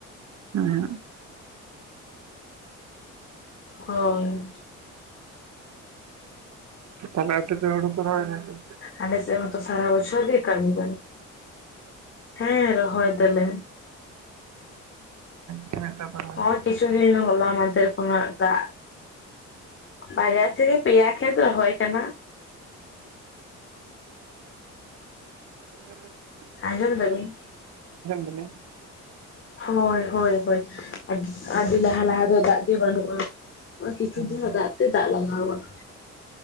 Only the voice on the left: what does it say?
ᱦᱳᱭ
ᱟᱞᱮ ᱥᱮᱫ ᱢᱟᱛᱚ ᱥᱟᱨᱟ ᱵᱚᱪᱷᱚᱨ ᱜᱮ ᱠᱟᱹᱢᱤ ᱵᱟᱱᱩᱜ ᱦᱮᱸ ᱨᱚᱦᱚᱭ ᱫᱟᱞᱮ᱾
ᱚ ᱠᱤᱪᱩ ᱫᱤᱱ ᱦᱚᱞᱟ ᱢᱟᱫᱷᱮᱨ ᱠᱷᱚᱱᱟᱜ ᱫᱟᱜ ᱵᱟᱨᱭᱟ ᱥᱮᱜᱮ ᱯᱮᱭᱟ ᱠᱷᱮᱛ ᱨᱚᱦᱚᱭ ᱠᱟᱱᱟ᱾
ᱟᱸᱡᱚᱢ ᱫᱟᱵᱤᱱ?
ᱦᱳᱭ ᱦᱳᱭ ᱦᱳᱭ ᱟᱹᱰᱤ ᱞᱟᱦᱟ ᱞᱟᱦᱟ ᱫᱚ ᱫᱟᱜ ᱜᱮ ᱵᱟᱹᱱᱩᱜᱼᱟ᱾ ᱱᱚᱜ-ᱚᱭ ᱠᱤᱪᱷᱩ
ᱫᱤᱱ ᱫᱟᱜ ᱛᱮ ᱫᱟᱜ ᱞᱟᱜᱟᱣ ᱟᱠᱟᱱᱟ᱾